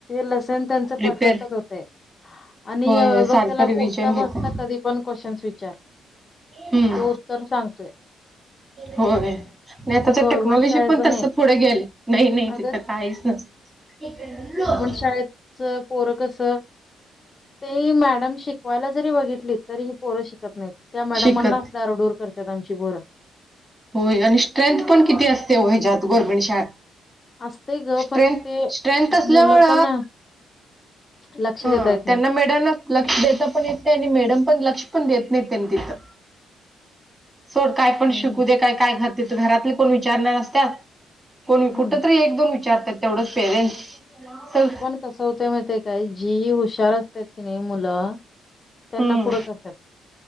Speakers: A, on the left; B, on the right.
A: ल. त्यांना
B: प्रिपेअर
A: परफेक्टच होते. आणि
B: होय होय
A: बघ
B: सारखं
A: त्याला
B: रिव्हजन
A: उठता
B: घेतात
A: बसता कधी पण क्वेश्चन्स विचार
B: हम्म
A: तो उत्तर सांगतोय.
B: होय आणि
A: तसं
B: आताच
A: गव्हर्नमेंट
B: टेक्नॉलॉजी
A: शाळेचं
B: पण तस
A: नाही
B: पुढे गेल नाही नाही
A: अगं
B: तिथं काहीच नस. <inaudible>
A: शाळच पोर कस. ते मॅडम शिकवायला जरी बघितली तरी ह पोरं शिकत नाहीत. त्या मॅडमांनाच
B: शिकत
A: दारडूर करतात आमची बोरं.
B: होय आणि स्ट्रेंथ पण किती असते वैज्यात गव्हर्नमेंट शाळा.
A: असतंय ग
B: स्ट्रेथ
A: पण ते
B: स्ट्रेथ असल्यामूळ
A: मुलं पण लक्ष
B: हा
A: देता येत
B: त्यांना
A: नाही.
B: मॅडमना लक्ष देता पण येत नाही आणि मॅडम पण लक्ष पण देत नाही त्यांनी तिथं सोड काय पण
A: हम्म
B: शिकू दे काय काय घातते घरातले कोण विचारणार असत कोणी
A: हम्म
B: कुठ तरी एक दोन विचारतात तेवढंच पेरेंट सग
A: कस होते म ते काय जी ह हुशार अस कि नाही मुलं त्यांना
B: हम्म
A: पुढं करतात